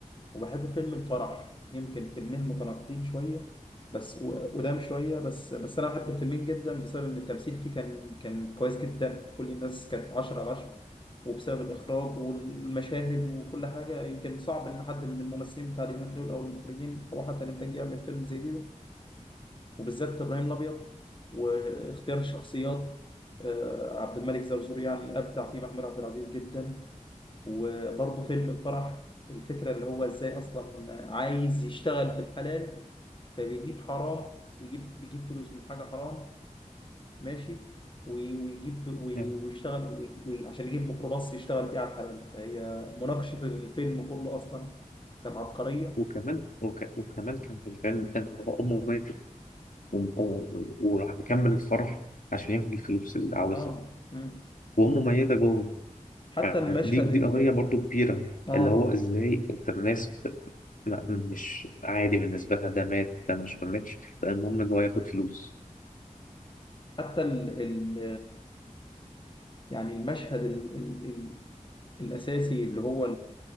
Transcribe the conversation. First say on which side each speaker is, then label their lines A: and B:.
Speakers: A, on the left; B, on the left.
A: وبحب فيلم الفرح يمكن فيلمين متناقضين شويه بس و- وقدام شويه بس بس انا بحب الفيلمين جدا بسبب ان التمثيل فيه كان كان كويس جدا كل الناس كانت 10 على 10 وبسبب الاخراج والمشاهد وكل حاجه يمكن صعب ان حد من الممثلين بتاع اليومين دول او المخرجين او حتى الانتاج يعمل فيلم زي ده وبالذات ابراهيم الابيض واختيار الشخصيات آه، عبد الملك زرزور يعني ابدع فيه محمود عبد العزيز جدا وبرضه فيلم الفرح الفكرة اللي هو ازاي اصلا عايز يشتغل بالحلال فبيجيب حرام بيجيب بيجيب فلوس من حاجة حرام ماشي وي- ويجيب ف- وي-
B: نعم.
A: ويشتغل ويجي- وي- عشان يجيب ميكروباص يشتغل بيه على الحلال فهي مناقشة الفيلم كله اصلا كانت عبقرية
B: وكمان وك... وكمان كان في الفيلم أنت هو أمه ماتت و... و... وراح مكمل الفرح عشان ياخد الفلوس اللي عاوزها
A: اه مم.
B: وأمه ميتة جوه
A: حتى
B: يعني
A: المشهد
B: دي دي
A: ال...
B: قضية برضو كبيرة
A: اه
B: اللي هو ازاي انت الناس ب- لا، مش عادي بالنسبة لها ده مات ده مش ما ماتش بقى المهم ان هو ياخد فلوس
A: حتى ال... ال... يعني المشهد ال... ال... ال... الاساسي اللي هو